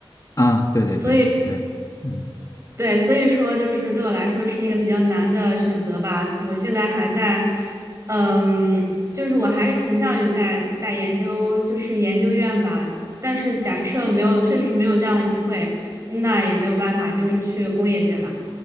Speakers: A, on the left; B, on the right.
A: 啊，对对对对，
B: 所以。
A: 嗯
B: 对，所以说就是对我来说是一个比较难的选择吧。我现在还在，嗯，就是我还是倾向于在在研究，就是研究院吧。但是假设没有，确实是没有这样的机会，那也没有办法，就是去工业界吧。